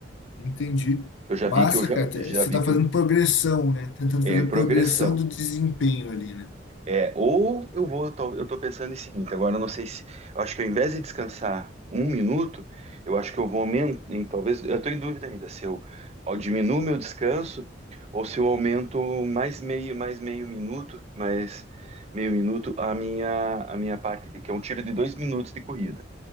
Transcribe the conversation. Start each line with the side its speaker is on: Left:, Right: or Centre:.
Left: entendi.
Right: Eu já
Left: Massa,
Right: vi que eu já,
Left: cara. Te-
Right: já
Left: Você
Right: vi
Left: tá
Right: que
Left: fazendo
Right: eu-
Left: progressão, né? Tentando
Right: é
Left: fazer
Right: em progressão.
Left: progressão do desempenho ali, né?
Right: É, ou eu vou, tal- eu tô pensando em seguinte, agora eu não sei se, eu acho que ao invés de descansar um minuto, eu acho que eu vou aumentar, talvez, eu tô em dúvida ainda se eu ao- diminuo meu descanso ou se eu aumento mais meio, mais meio minuto, mais meio minuto a minha, a minha parte, de, que é um tiro de dois minutos de corrida.